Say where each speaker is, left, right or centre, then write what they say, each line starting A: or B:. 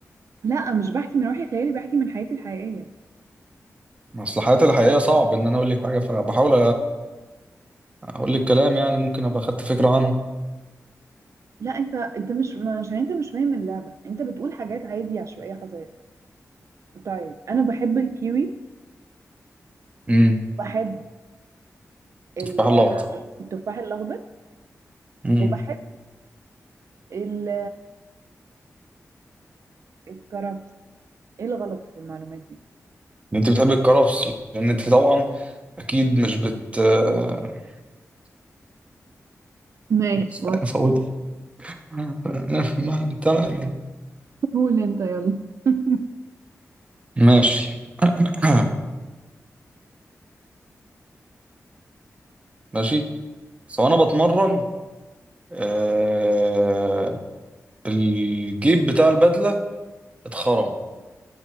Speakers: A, on the right (about 65°); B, on the right (about 25°).
A: لا مش بحكي من وحي خيالي بحكي من حياتي الحقيقيه
B: اصل حياتي الحقيقيه صعب ان انا اقول لك حاجه فبحاول اقول لك كلام يعني ممكن ابقى خدت فكره عنه
A: لا انت انت مش ما- عشان انت مش فاهم اللعبه انت بتقول حاجات عادي عشوائيه حصلت طيب انا بحب الكيوي
B: امم
A: بحب ال-
B: تفاح الاخضر
A: التفاح الاخضر
B: امم
A: وبحب ال- الكرفس ايه الغلط في المعلومات دي
B: انت بتحبي الكرفس لان انت طبعا اكيد مش بت آه،
A: ماشي
B: مش عارف اقول إيه. ما تمام يعني.
A: قول انت يلا <laughs>
B: ماشي <clears throat> ماشي فانا بتمرن آه الجيب بتاع البدله اتخرم